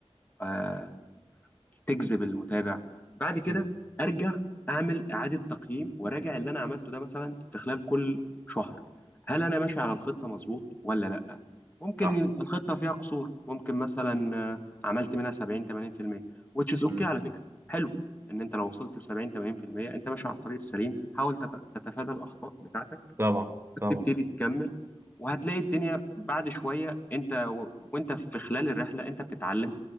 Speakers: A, on the left; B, on the right.
A: آه، تجذب المتابع بعد كده
B: مم.
A: ارجع اعمل اعاده تقييم وراجع اللي انا عملته ده مثلا في خلال كل شهر هل انا ماشي على الخطه مظبوط ولا لا ممكن
B: صح
A: يبقى الخطه فيها قصور ممكن مثلا آه، عملت منها 70 80% which is
B: مم.
A: okay على فكره حلو ان انت لو وصلت ل 70 80% انت ماشي على الطريق السليم حاول تت- تتفادى الاخطاء بتاعتك
B: طبعا
A: وتبتدي
B: طبعا
A: تكمل وهتلاقي الدنيا بعد شويه انت و... وانت في خلال الرحله انت بتتعلم